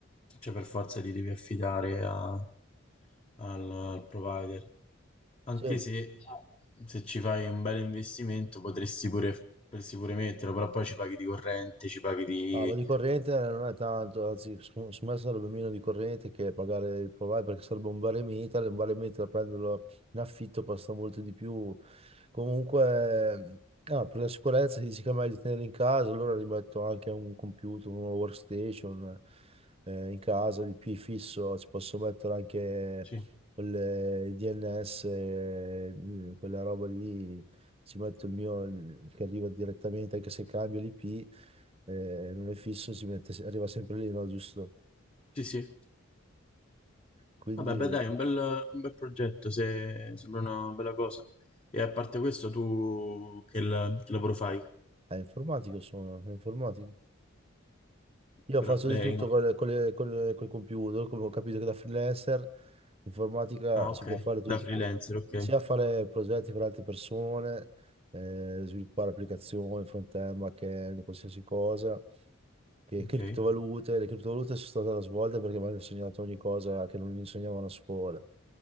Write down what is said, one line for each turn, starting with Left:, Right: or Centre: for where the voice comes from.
Left: cioè per forza ti devi affidare a- al, al provider. Anche
Right: Sì,
Left: se, se ci fai un bel investimento potresti pure, potresti pure metterlo, però poi ci paghi di corrente, ci paghi di...
Right: Ah, ma di corrente eh, non è tanto, anzi, secondo secondo me sarebbe meno di corrente che pagare il provider perché sarebbe un baremeta, e metal, e un baremeta da prenderlo in affitto costa molto di più. Comunque, ah, per la sicurezza si dice che è meglio tenere in casa, allora rimetto anche un computer, una workstation eh, in casa, l'IP fisso, ci posso mettere anche
Left: Sì,
Right: quelle, i DNS, eh, quella roba lì, ci metto il mio il- che arriva direttamente anche se cambio l'IP eh, non è fisso, si mette, arriva sempre lì, no, giusto?
Left: sì, sì.
Right: Quindi
Left: Vabbè, beh, dai, un bel, un bel progetto, se sembra una bella cosa. E a parte questo, tu che, la- che lavoro fai?
Right: è informatico, sono, è informatico. Io
Left: Però
Right: ho fatto
Left: lei...
Right: di tutto col, col, col, col computer, come ho capito che da freelancer informatica
Left: Ah, ok,
Right: si può fare tutto,
Left: da freelancer, ok.
Right: sia fare progetti per altre persone, eh, sviluppare applicazioni, front-end, back-end, qualsiasi cosa. che
Left: Ok,
Right: criptovalute, le criptovalute sono state la svolta perché mi hanno insegnato ogni cosa che non insegnavano a scuola,